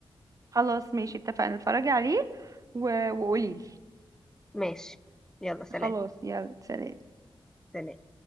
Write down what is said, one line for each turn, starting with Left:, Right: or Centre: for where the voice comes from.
Right: خلاص ماشي اتفقنا اتفرجي عليه و... وقولي لي
Centre: ماشي يلا سلام
Right: خلاص يلا سلام
Centre: سلام